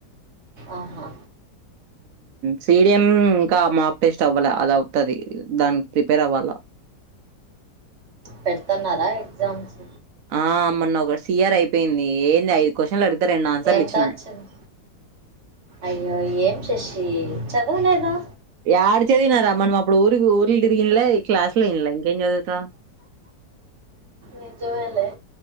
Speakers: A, on the right (about 40°); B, on the right (about 70°).
A: ఆహా
B: సిడిఎం ఇంకా మాక్ టెస్ట్ అవ్వాల అది అవుతది దానికి ప్రిపేర్ అవ్వాలా
A: పెడుతున్నారా ఎగ్జామ్స్
B: ఆ మొన్న ఒక సిఆర్ అయిపోయింది ఏంది ఐదు క్వశ్చన్లు అడిగితే రెండు ఆన్సర్లు
A: ఎంత
B: ఇచ్చినా
A: వచ్చింది అయ్యో ఏం శశి చదవలేదా
B: యాడ చదివినారా మనం అప్పుడు ఊరికి ఊర్లు తిరిగిన్లే క్లాస్ లో ఇన్లే ఇంకేం చదువుతా
A: నిజమేలే